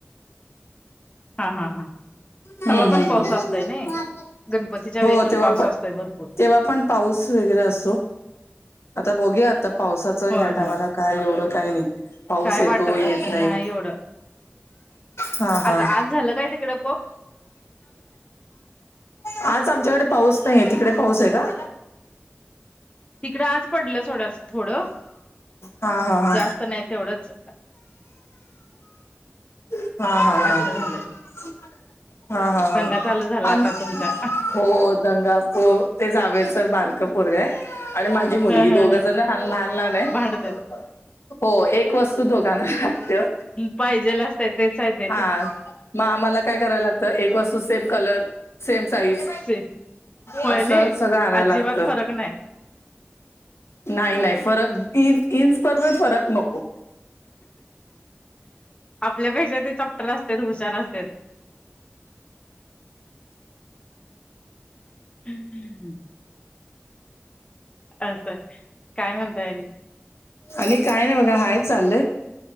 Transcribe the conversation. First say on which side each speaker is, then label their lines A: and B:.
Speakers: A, on the left; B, on the left.
A: हा हा हा
B: हम्म
A: तवा पण
B: हम्म
A: पाऊस
B: हम्म.
A: असतय ना गणपतीच्या
B: हो
A: वेळे पण
B: तेव्हा
A: पाऊस असतोय भरपूर
B: तेव्हा पण पाऊस वगैरे असतो आता बघया आता पावसाचा
A: होय
B: ह्या टामाला
A: होय
B: काय एवढं काही नाही पाऊस
A: काय
B: येतो
A: वाटत
B: येत
A: असं
B: नाही
A: एवढं
B: हा हा
A: आता आज झालं काय तिकडें
B: आज आमच्याकडे पाऊस नाहीय तिकडे पाऊस आहे का
A: तिकडं आज पडलं सथोडं थोडं
B: हा हा हा
A: जास्त नाही तेवढंच
B: हा हा
A: असं झालं
B: हा
A: ते
B: हा हा
A: दंगा चालू झाला
B: हा
A: आता तुमचा
B: हो गंगा पो ते जावेच बारकम माझी मुली
A: ह ह
B: दोघ
A: ह
B: जण लान लान आहे
A: भांडत
B: वस्तू दोकान खतेो
A: पाहिजेल असत तेच आहे ते
B: हा मग आम्हाला काय कराय लागतं एक वास्तू सेम कलर सेम साईज
A: से होय
B: असं
A: नाही
B: सगळं आणायला
A: अजिबात
B: लागत
A: फरक नाही
B: नाही नाही फरक इ इंसप फरक नको
A: आपल्यापेक्षा ते चप्टर असते हुशार असते हम्म हम् असं काय म्हणताय
B: आणि काय नाही बघा हाय चाललंय